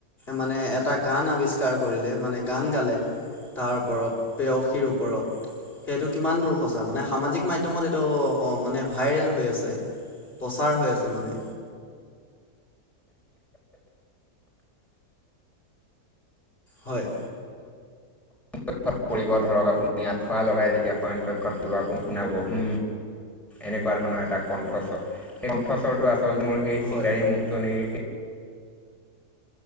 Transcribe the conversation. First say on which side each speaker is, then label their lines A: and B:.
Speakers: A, on the left; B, in the centre.
A: মানে এটা গান আৱিষ্কাৰ কৰিলে মানে গান গালে। তাৰ ওপৰত, প্ৰেয়সীৰ ওপৰত সেইটো কিমান দূৰ সঁচা মানে সামাজিক মাধ্যমত এইটো মানে ভাইৰেল হৈ আছে। প্ৰচাৰ হৈ আছে মানে। হয়।
B: ক'ত পৰিব ধৰক আপুনি আঁঠুৱা লগাই যেতিয়া শয়ন কক্ষত পৰিব আপুনি শুনাব উম' এনেকুৱা ধৰণৰ এটা কণ্ঠস্বৰ সেই কণ্ঠস্বৰটো আছে আচল মোৰ সেই
A: হয়
B: চিকাৰী মহজনীৰ